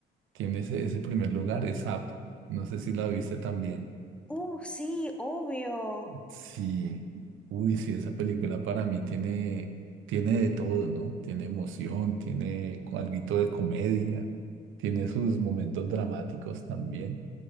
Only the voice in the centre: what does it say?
Uh, sí, obvio.